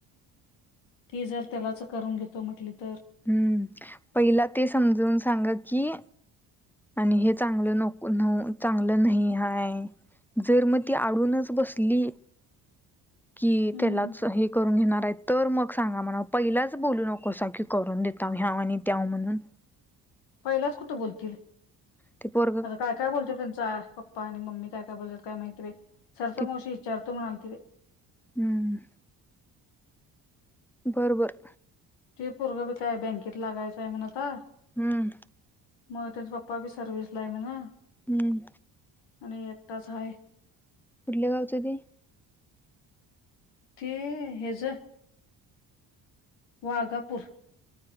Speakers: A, on the left; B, in the centre.
A: ती जर त्यालाच करून घेतो म्हटली तर
B: हम्म पहिला ते समजवून सांग की आणि हे चांगलं नक चांगलं नाही आहेाय जर मग ती आडूनच बसली की
A: हम्म
B: त्यालाच हे करून घेणार आहे तर मग सांगा म्हणा पहिलाच बोलू नको की करून देता ह्या आणि त्याव म्हणून
A: पहिलाच कुठं बोलतील
B: ते प
A: आता काय काय बोलतो त्यांच पप्पा आणि मम्मी काय काय बोलतात काय माहिती सर तर
B: ते
A: मावशी विचारतो म्हणा तर
B: हम्म बरोबर
A: ते परगं ब काय बँकेत लागायचं आहे म्हण आता
B: हम्म
A: मग त्यांचा पप् <inaudible> पपा बी सर्विस ला आहे म ना
B: हम्म
A: आणि एकटाच आहे
B: कुठल्या गावचं ते
A: ते हेज वाघापूर